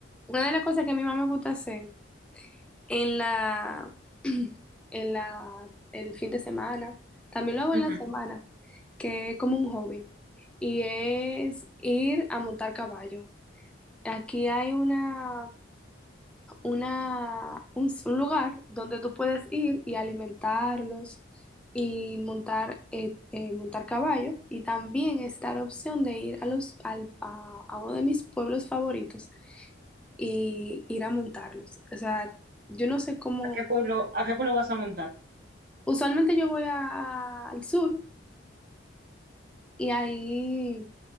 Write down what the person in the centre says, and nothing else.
Una de las cosas que a mi mamá me gusta hacer en la, <clears throat> en la, el fin de semana, también lo hago
en la semana, que es como un hobby, y es ir a montar caballo. Aquí hay una, una, un, s- un lugar donde tú puedes ir y alimentarlos y montar, eh, eh, montar caballo. Y también está la opción de ir a los, al- a a uno de mis pueblos favoritos y ir a montarlos. O sea, yo no sé cómo,
usualmente yo voy a- al sur y ahí